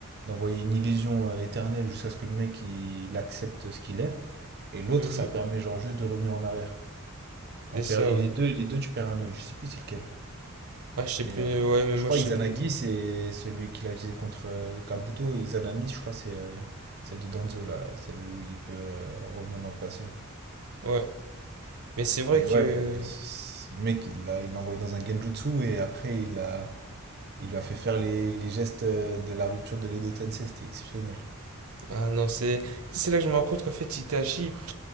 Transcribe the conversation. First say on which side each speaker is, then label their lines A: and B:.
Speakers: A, on the right; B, on the right.
A: d'envoyer une illusion euh, éternelle jusqu'à ce que le mec, il, il accepte ce qu'il est. Et l'autre,
B: Mhm.
A: ça permet, genre, juste de revenir en arrière.
B: C'est
A: On perd,
B: ça,
A: et
B: ouais.
A: les deux, les deux, tu perds un œil. Je sais plus c'est lequel.
B: Ah, je sais
A: Et,
B: plus,
A: euh,
B: ouais, même
A: je
B: moi,
A: crois
B: je sais
A: Izanagi,
B: plus.
A: c'est celui qu'il a utilisé contre euh, Kabuto. Et Izanami, je crois, c'est euh, celle de Danzo, là, celle où il peut euh, revenir dans le passé.
B: Ouais. Mais c'est vrai
A: Mais
B: que...
A: ouais, c'est- le mec, il l'a il l'a envoyé dans un genjutsu et après, il a, il lui a fait faire les, les gestes euh, de la rupture de l'Edo Tensei. C'était exceptionnel.
B: Ah non, c'est... C'est là que je me rends compte qu'en fait, Itachi...